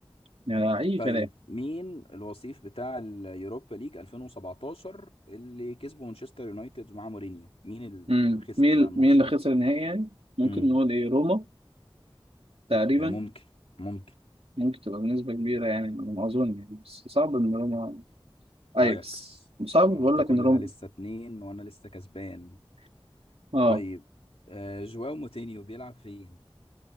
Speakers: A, on the right; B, on the left.
A: يعني اي
B: طيب
A: كلام
B: مين الوصيف بتاع اليوروبا ليج 2017 اللي كسبه مانشستر يونايتد مع مورينيو مين اللي
A: امم
B: خسر
A: مين
B: بقى الماتش
A: مين اللي
B: ده
A: خسر النهائي يعني ممكن
B: امم
A: نقول ايه روما تقريبا
B: ممكن ممكن
A: ممكن تبقى بنسبة كبيرة يعني على ما اظن يعني بس صعب ان روما اياكس
B: اياكس
A: صعب
B: آه
A: بقول
B: انت
A: لك
B: كل
A: ان روما
B: ده لسه اتنين وانا لسه كسبان
A: اه
B: طيب آه جواو موتينيو بيلعب فين